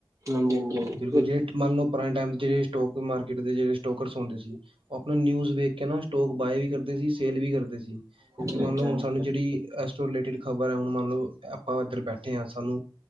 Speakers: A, on the right; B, on the right.
A: ਹਾਂਜੀ ਹਾਂਜੀ ਹਾਂਜੀ
B: ਬਿਲਕੁਲ ਜ ਮੰਨ ਲ ਪੁਰਾਣੇ ਟਾਈਮ ਜਿਹੜੇ ਸਟੋਕ ਮਾਰਕੀਟ ਦੇ ਜਿਹੜੇ ਸਟੋਕਰਸ ਹੁੰਦੇ ਸੀ। ਉਹ ਆਪਣਾ ਨਿਊਜ਼ ਵੇਖ ਕੇ ਨਾ ਸਟੋਕ ਬਾਏ ਵੀ ਕਰਦੇ ਸੀ ਸੇਲ ਵੀ ਕਰਦੇ ਸੀ। ਕਿਉਂਕਿ, ਮੰਨ
A: ਹਾਂਜੀ ਹਾਂਜੀ
B: ਲਓ
A: ਹਾਂਜੀ
B: ਹੁਣ ਸਾਨੂੰ ਜਿਹੜੀ ਇਸ ਤੋਂ ਰਿਲੇਟਿਡ ਖ਼ਬਰ ਹੈ ਹੁਣ ਮੰਨਲਓ ਆਪਾਂ ਇਧਰ ਬੈਠੇ ਹਾਂ ਸਾਨੂੰ,